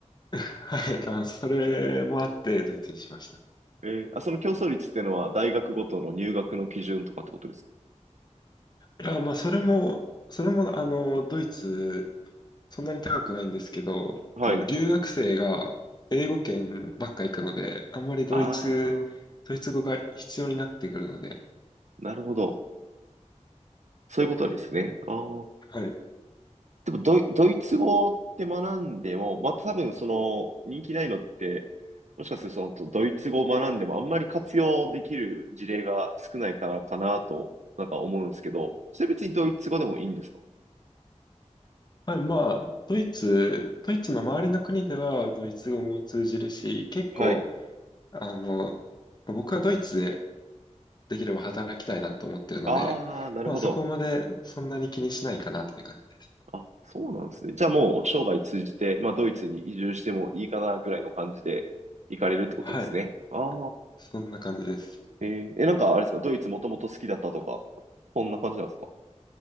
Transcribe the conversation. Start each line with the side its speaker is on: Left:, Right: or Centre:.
Left: <laughs> はい、だからそれもあってドイツにしました。
Right: えーあ、その競争率ってのは大学ごとの入学の基準とかってことですか
Left: いや、まあ、それも、それも、あの、ドイツ、そんなに高くないんですけど、
Right: はい。
Left: あの、留学生が英語圏ばっか行くので、あんまりドイツ、
Right: あー、
Left: ドイツ語が必要になってくるので、
Right: なるほど。そういうことですね。あー
Left: はい
Right: でもドイ、ドイツ語って学んでも、また多分その人気ないのって、もしかするとそのドイツ語を学んでもあんまり活用できる事例が少ないからかなと、なんか思うんですけど、それ別にドイツ語でもいいんですか
Left: はい、まあ、ドイツ、ドイツの周りの国ではドイツ語も通じるし、結構、
Right: はい。
Left: あの、僕はドイツでできれば働きたいなと思ってるので、
Right: ああ、なるほど。
Left: まあそこまでそんなに気にしないかなっていう感じです。
Right: あ、そうなんですね。じゃあもう生涯通じて、まあドイツに移住してもいいかなぐらいの感じで行かれるってことですね。
Left: はい、
Right: ああ、
Left: そんな感じです。
Right: えーえ、なんかあれですか、ドイツもともと好きだったとか、そんな感じなんですか